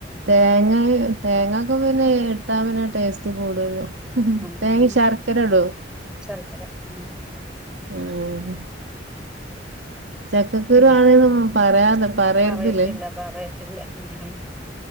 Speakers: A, on the right; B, in the centre.
A: തേങ്ങായു തേങ്ങൊക്കെ പിന്നെ ഇ ട്ടാ പിന്നെ ടേസ്റ്റ് കൂടൊല്ലോ
B: ഉം
A: തേങ്ങിം ശർക്കര ഇടോ
B: ശർക്കര ഉം ശർക്കര.
A: ആഹ് ചക്കക്കുരു
B: ഉം.
A: ആണ്ന്നും പറയാതെ റയരതില്ലെ
B: പറയത്തില്ല പറയത്തില്ല. ഉം.